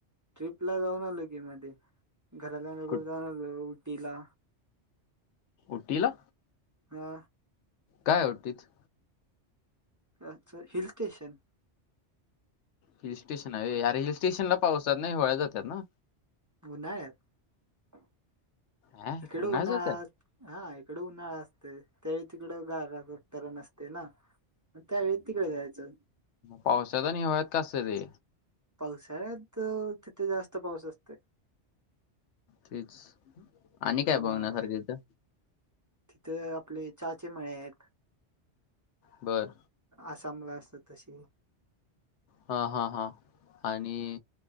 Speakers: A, on the right; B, on the left.
A: ट्रिप ला जाऊन आलोय. की मध्ये घराला <unintelligible>
B: कुठ
A: जा. तिला
B: उटीला?
A: हा.
B: काय आवडतीत?
A: अच्छा हिल स्टेशन?
B: हिल स्टेशन आहे व्हय अरे हिल स्टेशनला पाऊसात नाही होळ्या जातात ना?
A: उन्हाळ्यात
B: हा
A: इकडे
B: उन्हाळ्यात
A: उन्हाळा
B: जातात
A: हा इकड उन्हाळा अस. तरी त्यावेळी तिकडं गार तरण नसते ना? मग त्या वेळी तिकडे जायचं.
B: पावसाचा निवांत असत ते.
A: पावसाळ्यात तिथे जास्त पाऊस असते.
B: तेच आणि काय
A: प्रमाणावर
B: बघण्यासारखं हिथं?
A: तिथे आपले चाहाचे मळे आहेत.
B: बरं.
A: आसामला असत्यास तशी.
B: हा हा हा आणि